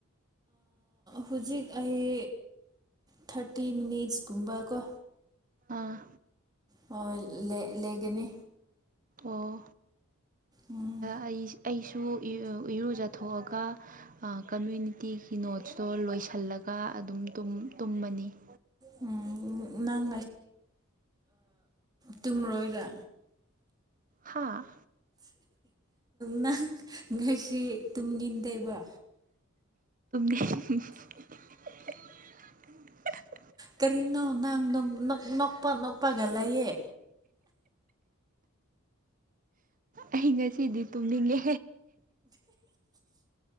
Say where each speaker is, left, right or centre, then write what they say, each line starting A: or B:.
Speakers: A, on the right; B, on the right.
A: ꯍꯧꯖꯤꯛ ꯑꯩ ꯊꯥꯔꯇꯤ ꯃꯤꯅꯤꯠꯁꯀꯨꯝꯕꯀꯣ
B: ꯑꯥ
A: ꯍꯣꯏ ꯂꯩꯒꯅꯤ
B: ꯑꯣ
A: ꯎꯝ
B: ꯑꯩ ꯑꯩꯁꯨ ꯁꯨ ꯏꯔꯨꯖꯊꯣꯛꯑꯒ ꯀꯝꯃ꯭ꯌꯨꯅꯤꯇꯤꯒꯤ ꯅꯣꯠꯁꯇꯣ ꯂꯣꯏꯁꯤꯜꯂꯒ ꯑꯗꯨꯝ ꯇꯨꯝꯃꯅꯤ <inaudible>
A: ꯎꯝ ꯅꯪ ꯇꯨꯡꯃꯣꯏꯗ
B: ꯍꯥꯥ
A: ꯅꯪ ꯉꯁꯤ ꯇꯨꯝꯅꯤꯡꯟꯗꯕ
B: ꯎ
A: ꯀꯔꯤꯅꯣ ꯅꯪ ꯅꯣꯛꯄ ꯅꯣꯛꯄꯒꯂꯌꯦ
B: ꯑꯩ ꯉꯁꯤꯗꯤ ꯇꯨꯝꯅꯤꯡꯉꯦ